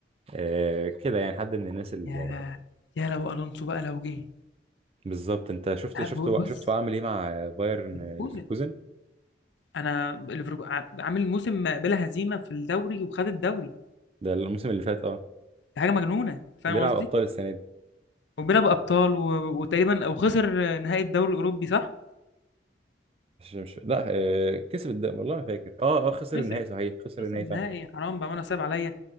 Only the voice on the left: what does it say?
يا يا لو ألونسو بقى لو جه
بص
ليفركوزن
انا ليفركو- عامل موسم بلا هزيمه في الدوري وخد الدوري
دي حاجه مجنونه فاهم
قصدي
وبيلعب ابطال و... وتقريبا او خسر نهائي الدوري الاوروبي صح
خسر
خسر
النهائي
حرام بقى انا صعب عليا